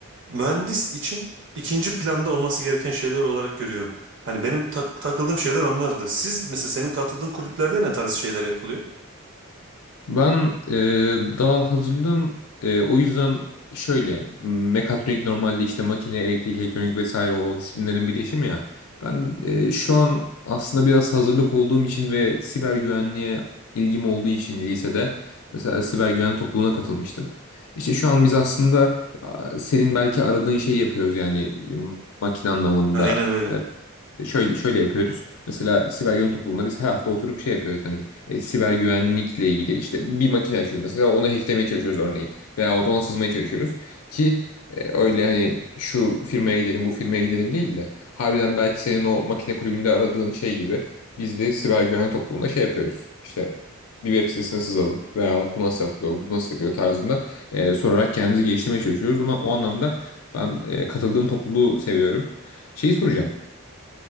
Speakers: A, on the right (about 55°); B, on the left (about 75°).
A: mühendis için ikinci planda olması gereken şeyler olarak görüyorum. Hani benim tak- takıldığım şeyler onlardı. Siz mesela senin katıldığın kulüplerde ne tarz şeyler yapılıyor?
B: Ben e, daha hazırlığım e, o yüzden şöyle m, mekatronik normalde işte makine, elektrik, elektronik vesaire o disiplinlerin birleşimi ya. Ben e, şu an aslında biraz hazırlık olduğum için ve siber güvenliğe ilgim olduğu için lisede mesela siber güvenlik topluluğuna katılmıştım. İşte şu an biz aslında a, senin belki aradığın şeyi yapıyoruz yani m, makine anlamında
A: Aynen öyle.
B: e, Şöyle şöyle yapıyoruz. Mesela siber güvenlik topluluğunda biz her hafta oturup şey yapıyoruz. Hani e, siber güvenlikle ilgili işte bir makine açıyoruz mesela onu hacklemeye çalışıyoruz örneğin. Veya ona sızmaya çalışıyoruz. Ki e, öyle hani şu firmaya gidelim bu firmaya gidelim değil de harbiden belki senin o makine kulübünde aradığın şey gibi biz de siber güvenlik topluluğunda şey yapıyoruz. İşte bir web sitesine sızalım veya bu nasıl yapılıyor, bu nasıl yapıyor tarzında e, sorarak kendimizi geliştirmeye çalışıyoruz. Ona, o anlamda ben e, katıldığım topluluğu seviyorum. Şeyi soracağım.